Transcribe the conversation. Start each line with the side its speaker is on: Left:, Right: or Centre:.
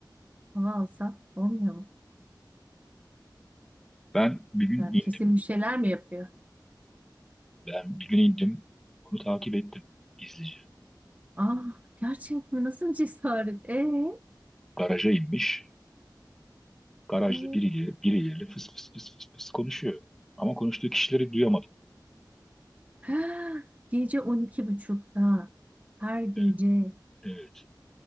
Right: Hava alsa olmuyor mu?
Centre: Ben bir gün
Right: Ya
Centre: indim.
Right: kesin bir şeyler mi yapıyor?
Centre: Ben bir gün indim. Onu takip ettim. Gizlice.
Right: Ah, gerçek mi? Nasıl cesaret? Ee,
Centre: Garaja inmiş. Garajda
Right: ee.
Centre: biriyle, biriyle fıs fıs fıs fıs fıs konuşuyor. Ama konuştuğu kişileri duyamadım.
Right: <gasps> Gece on iki buçukta. Her gece
Centre: Evet, evet.